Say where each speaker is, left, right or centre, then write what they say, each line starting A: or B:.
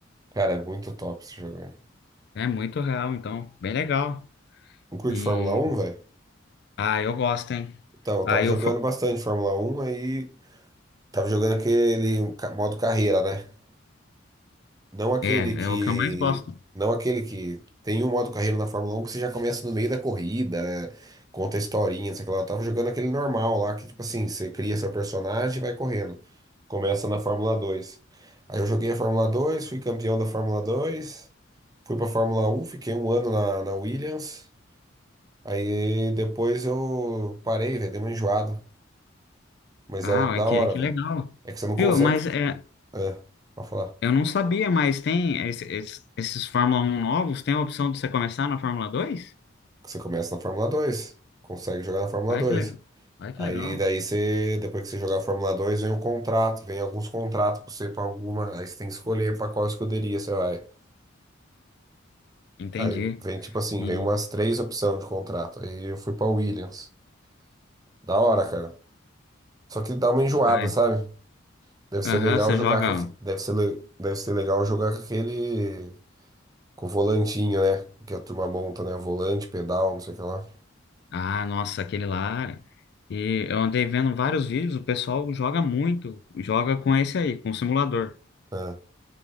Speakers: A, on the right; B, on the left.
A: Cara, é muito top esse jogo. né?
B: É muito real, então, bem legal.
A: Não curte
B: E
A: Fórmula um velho?
B: ah, eu gosto, hein?
A: Então, eu
B: Ah,
A: tava
B: eu
A: jogando
B: fo-
A: bastante Fórmula um aí tava jogando aquele ca- modo carreira, né? Não aquele
B: é,
A: que.
B: é o que eu mais gosto.
A: Não aquele que tem um modo carreira na Fórmula Um que você já começa no meio da corrida, é, conta a historinha, não sei o que lá. Eu tava jogando aquele normal lá, que tipo assim, você cria seu personagem e vai correndo. Começa na Fórmula Dois Aí eu joguei a Fórmula Dois fui campeão da Fórmula Dois fui pra Fórmula Um fiquei um ano na, na Williams. Aí depois eu parei, velho, dei uma enjoada. Mas
B: Ah,
A: era da
B: é que,
A: hora,
B: que
A: velho.
B: legal.
A: É que você não consegue.
B: Viu? Mas é,
A: Ah, pode falar.
B: eu não sabia, mas tem esse- esse- esses Fórmula 1 novos, tem a opção de você começar na Fórmula Dois.
A: Você começa na Fórmula 2, consegue jogar na Fórmula
B: Ai,
A: 2.
B: que legal. Ai, que
A: Aí
B: legal.
A: daí você, depois que você jogar a Fórmula 2, vem o contrato, vem alguns contratos pra você para alguma, aí você tem que escolher pra qual escuderia você vai.
B: Entendi.
A: Aí vem tipo assim,
B: E
A: vem umas três opções de contrato. Aí eu fui pra Williams. Da hora, cara. Só que dá uma enjoada,
B: Ah, é.
A: sabe? Deve ser
B: Aham,
A: legal
B: você
A: jogar
B: joga.
A: com aque... deve ser le- deve ser legal jogar com aquele com o volantinho, né? Que a turma monta, né? Volante, pedal, não sei o que lá.
B: Ah, nossa, aquele lá. E eu andei vendo vários vídeos, o pessoal joga muito, joga com esse aí, com o simulador.
A: Ah,